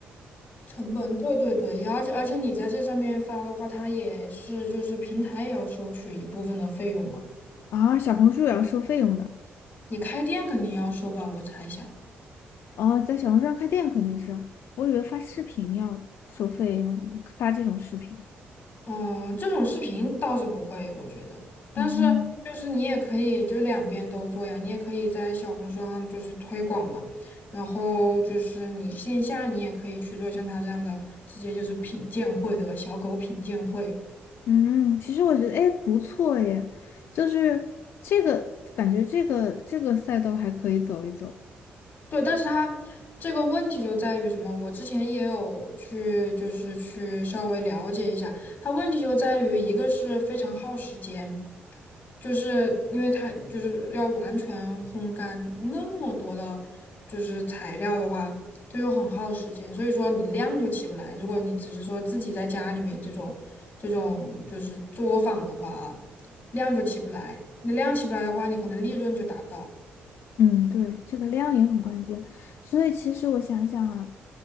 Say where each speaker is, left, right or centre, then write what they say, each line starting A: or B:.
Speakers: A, on the left; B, on the left.
A: 成本，对对对，而且而且你在这上面发的话，它也是就是平台也要收取一部分的费用嘛。
B: 啊，小红书也要收费用的，
A: 你开店肯定要收吧，我猜想。
B: 哦，在小红书上开店肯定是，我以为发视频要收费用，发这种视频，
A: 嗯，这种视频倒是不会，我觉得。但是就是你也可以就两边都做呀，
B: 嗯
A: 你也可以在小红书上就是推广嘛，然后就是你线下你也可以去做像他这样的，直接就是品鉴会，对吧？小狗品鉴会。
B: 嗯，其实我觉得哎不错耶，就是这个感觉这个这个赛道还可以走一走。
A: 对，但是它这个问题就在于什么？我之前也有去，就是去稍微了解一下，它问题就在于一个是非常耗时间，就是因为它就是要完全烘干那么多的，就是材料的话，这就很耗时间，所以说你量就起不来。如果你只是说自己在家里面这种这种就是作坊的话啊，量就起不来，你量起不来的话，你可能利润就达不到。
B: 嗯，对，这个量也很关键。所以其实我想想啊，